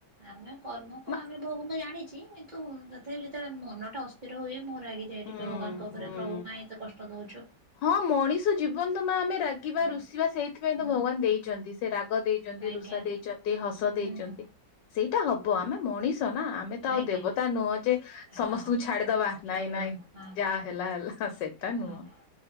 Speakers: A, on the right; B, on the left.
A: ଆମେ କର୍ମକୁ
B: ମା-
A: ଆମେ ବୋଉ ମୁଁ ଜାଣିଚି କିନ୍ତୁ ତଥାପି ଯେତେବେଳେ ମନ ଟା ଅସ୍ଥିର ହୁଏ ମୁଁ ରାଗି ଦିଏ
B: ହୁଁ
A: ଟିକେ ଭଗବାନଙ୍କ କରେ
B: ହୁଁ
A: ପ୍ରଭୁ କାଇହିଁ ଏତେ କଷ୍ଟ ଦୋଉଚୁ।
B: ହଁ ମଣିଷ ଜୀବନ ତ ମା ଆମେ ରାଗିବା
A: ହୁଁ
B: ରୁଷି ସେଥିପାଇଁ
A: ହୁଁ
B: ତ ଭଗବାନ ଦେଇଚନ୍ତି ସେ ରାଗ ଦେଇଚନ୍ତି
A: ଆଜ୍ଞା
B: ରୁଷା ଦେଇଚନ୍ତି ହସ
A: ହୁଁ
B: ଦେଇଚନ୍ତି। ସେଇଟା ହବ ଆମେ ମଣିଷ ନା ଆମେ ତ
A: ଆଜ୍ଞା।
B: ଆଉ ଦେବତା ନୁହଁ ଯେ ସମସ୍ତଙ୍କୁ
A: ହଁ
B: ଛାଡିଦବା
A: ଛାଡ଼ିଦ
B: ନାଇଁ ନାଇଁ।
A: ହଁ
B: ଯା ହେଲା ହେଲା ସେଟା
A: ହଁ
B: ନୁହଁ।